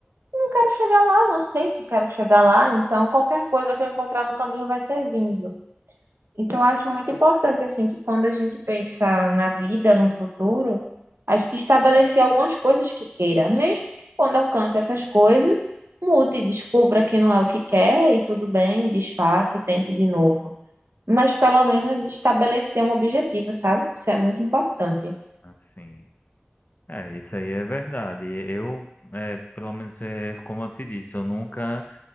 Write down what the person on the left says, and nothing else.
Assim, é, isso aí é verdade. Eu, é, pelo menos, é, como eu te disse, eu nunca